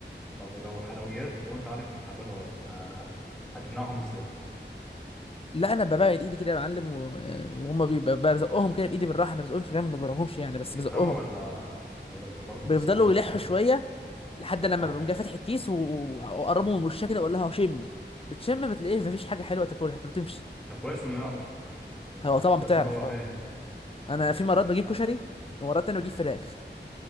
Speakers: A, in the centre; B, on the left (about 30°).
A: طب لو حلويات وانت عارف ان الحلويات غلط هت- هتمنعهم ازاي
B: لا انا ببعد ايدي كده يا معلم و- آه، وهم بيبقى- بزقهم كده بايدي بالراحه ما بزقهمش جامد ما بضربهمش يعني
A: طب
B: بس
A: بيفهموا
B: بزقهم
A: ولا ولا بيبقوا برضه
B: بيفضلوا
A: بيصمموا عاوزين
B: يلحوا
A: ياكلوه
B: شويه لحد لما
A: اه
B: بقوم جاي فاتح الكيس و- واقربه من وشها كده واقول لها شمي بتشم بتلاقيه مفيش حاجه حلوه تاكلها فبتمشي
A: ده كويس انه يعرف تمام.
B: هو طبعا بتعرف
A: كويس ان هو
B: اه
A: فاهم
B: انا في مرات بجيب كشري ومرات تانية بجيب فراخ